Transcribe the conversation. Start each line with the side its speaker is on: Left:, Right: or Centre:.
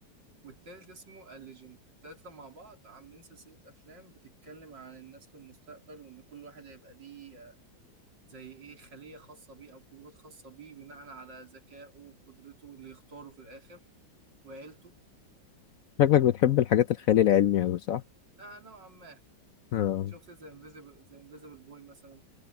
Right: والتالت اسمه الليجنت التلاتة مع بعض عاملين سلسلة أفلام بتتكلم عن الناس في المستقبل وإن كل واحد هيبقى ليه آه، زي إيه خلية خاصة بيه أو قدرات خاصة بيه بناء على ذكائه وقدرته اللي يختاره في الآخر وعيلته
Left: شكلك بتحب الحاجات الخيال العلمي أوي صح؟
Right: آه نوعا ما
Left: اه
Right: شفت زي انفيزيبل زي انفيزيبل بوي مثلا